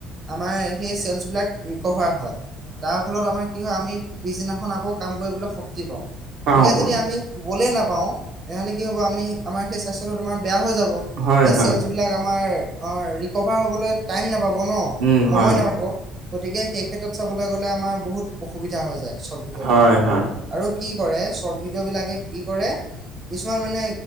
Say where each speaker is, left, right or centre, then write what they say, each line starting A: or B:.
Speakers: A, on the right; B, on the right.
A: আমাৰ সেই চেলছ বোৰ! বিলাক ৰিকভাৰ হয় তাৰ ফলত আমাৰ কি হয়, আমি পিছদিনাখন আকৌ কাম কৰিবলৈ শক্তি পাওঁ।
B: পাওঁ
A: গতিকে
B: পাওঁ
A: যদি আমি শুবলে নাপাওঁ তেনেহ'লে কি হব আমি আমাৰ সেই স্বাস্থ্যটো তোমাৰ বেয়া হৈ যাব।
B: হয়
A: সেই
B: হয়।
A: চেলচ বিলাক আমাৰ অহ ৰিক'ভাৰ ‌হবলে টাইম নাপাব নহ,
B: উম
A: সময়
B: হয়
A: নাপাব। গতিকে সেই ক্ষেত্ৰত চাবলৈ গলে আমাৰ বহুত অসুবিধা হৈ যায়। চট ভিডিঅ
B: হয়
A: ত।
B: হয়
A: আৰু কি কৰে চৰ্ট ভিডিঅ' বিলাকে কি কৰে। কিছুমান মানে